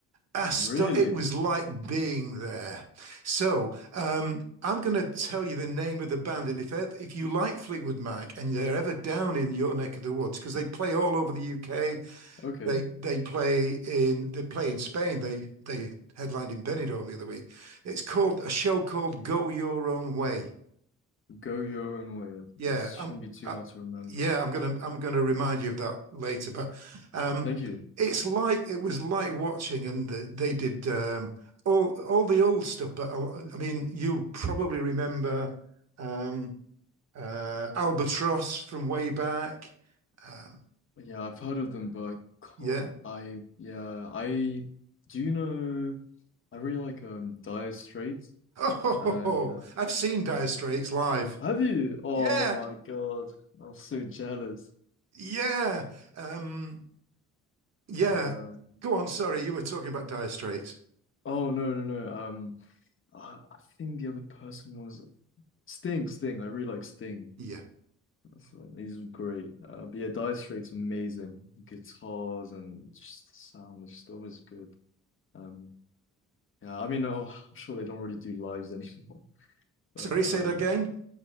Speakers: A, on the right (about 60°); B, on the left (about 40°).
A: Asto
B: Really?
A: it was like being there. So, um, I'm going to tell you the name of the band, and if ev- if you like Fleetwood Mac and they're ever down in your neck of the woods, because they play all over the UK,
B: Okay.
A: they they play in they play in Spain. They they headlined in Benidorm the other week. It's called a show called Go Your Own Way.
B: Go your own way.
A: Yeah,
B: This
A: I'm
B: shouldn't be too
A: I,
B: hard to remember.
A: yeah, I'm gonna I'm gonna remind you of that later. But um,
B: Thank you.
A: it's like it was like watching, and the, they did um, all all the old stuff. But I, I mean, you'll probably remember um, uh, Albatross from way back. Um,
B: Yeah, I've heard of them, but I
A: yeah.
B: can't. I yeah, I do you know. I really like um Dire Straits,
A: Oh,
B: and uh,
A: <laughs> I've seen Dire Straits live.
B: have you? Oh
A: Yeah,
B: my God, I'm so jealous.
A: yeah, um, yeah.
B: And um,
A: Go on. Sorry, you were talking about Dire Straits.
B: oh no no no. Um, I, I think the other person was Sting. Sting. I really like Sting.
A: Yeah.
B: So these are great. Uh, but yeah, Dire Straits amazing. Guitars and just the sound is just always good. Um, yeah, I mean, oh, I'm sure they don't really do lives anymore. <laughs> But
A: Sorry, say
B: um,
A: that again.